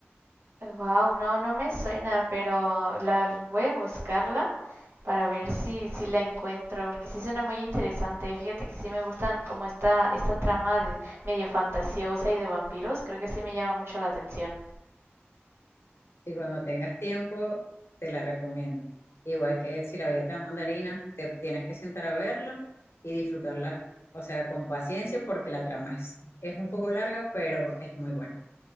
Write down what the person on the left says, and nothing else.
Y cuando tengas tiempo, te la recomiendo. Igual que si la vida te da mandarina, te tienes que sentar a verla y disfrutarla, o sea, con paciencia porque la trama es, es un poco larga, pero es muy buena.